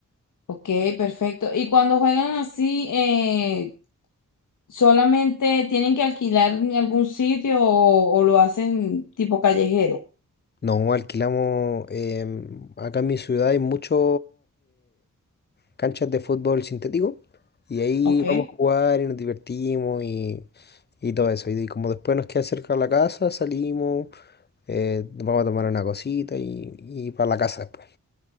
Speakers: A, on the left; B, on the left.
A: Ok, perfecto. Y cuando juegan así, eh, ¿solamente tienen que alquilar en algún sitio o, o lo hacen tipo callejero?
B: No alquilamos, em, acá en mi ciudad hay muchas canchas de fútbol sintético y ahí
A: Ok.
B: vamos a jugar y nos divertimos y, y todo eso. Y como después nos queda cerca la casa, salimos, eh, vamos a tomar una cosita y, y para la casa después.